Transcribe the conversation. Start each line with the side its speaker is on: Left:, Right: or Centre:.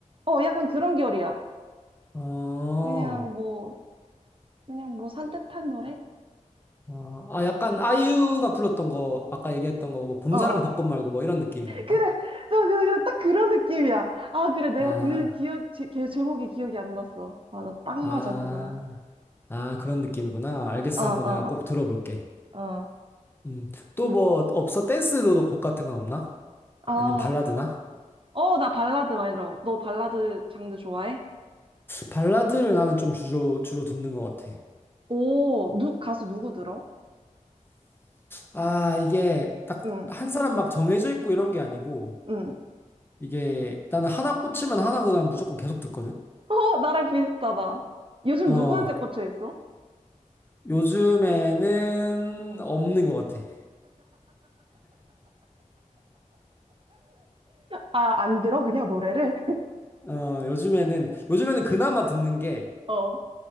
Right: 어, 약간 그런 결이야.
Left: 어,
Right: 그냥 뭐 그냥 뭐 산뜻한 노래?
Left: 아, 아, 약간 아이유가 불렀던 거, 아까 얘기했던 거, 뭐, 봄사랑
Right: 어, 어.
Left: 벚꽃 말고 뭐 이런 느낌인 건가?
Right: 그래. 너, 그래, 그래. 딱 그런 느낌이야. 아, 그래. 내가
Left: 아.
Right: 그 기억, 제, 걔 제목이 기억이 안 났어. 맞아. 딱
Left: 아,
Right: 맞아. 그거야.
Left: 아, 그런 느낌이구나. 알겠어.
Right: 어, 어,
Left: 한번 내가 꼭 들어볼게.
Right: 어, 어.
Left: 음, 또 뭐 없어? 댄스도 곡 같은 건 없나?
Right: 아,
Left: 아니면 발라드나?
Right: 어, 나 발라드 많이 들어. 너 발라드 장르 좋아해?
Left: 발라드를 나는 좀 주로, 주로 듣는 것 같아.
Right: 오, 누, 가수 누구 들어?
Left: 아, 이게 딱
Right: 응,
Left: 한 사람 막 정해져 있고 이런 게 아니고,
Right: 응.
Left: 이게 나는 하나 꽂히면 하나 그냥 무조건 계속 듣거든?
Right: 어, 나랑 비슷하다. 요즘
Left: 어,
Right: 누구한테 꽂혀 있어?
Left: 요즘에는
Right: 응.
Left: 없는 것 같아.
Right: 아, 안 들어? 그냥 노래를? <laughs>
Left: 어, 요즘에는, 요즘에는 그나마 듣는 게
Right: 어. 어?